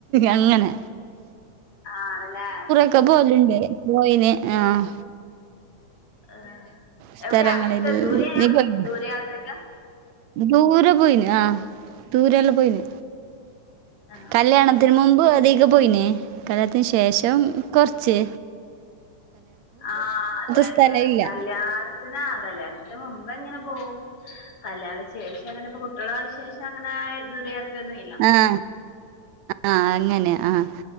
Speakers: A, on the right; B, on the left.
A: അങ്ങനെ
B: ആണല്ലേ
A: ക്കെ പോകലുണ്ട് പോയിന് ആഹ്
B: എഹ്
A: സ്ഥലങ്ങളിൽ
B: എവിടെയാ അടുത്ത് ദൂരെയാ
A: നീ പോയിന്
B: ദൂരെ യാത്രക്കാ
A: ദൂരെ പോയീന് ആഹ് ദൂരെല്ലാം പോയിന്
B: ആ
A: കല്യാണത്തി ന് മുമ്പ് അധികെ പോയീന് കല്ലിയാണത്തിന് ശേഷം കൊറച്ച്
B: ആഹ് അതന്നെ
A: സ്ഥലമില്ല
B: കല്യാണ ത്തിനാ കല്യാണത്തിന് മുമ്പ് എങ്ങനെ പോകും കല്യാണ ശേഷം അങ്ങനെ ഇപ്പ കുട്ടിയളായ ശേഷം അങ്ങനെ ദൂരയാത്രയൊന്നും ഇല്ല
A: ആഹ് ആഹ് അങ്ങനെ ആഹ്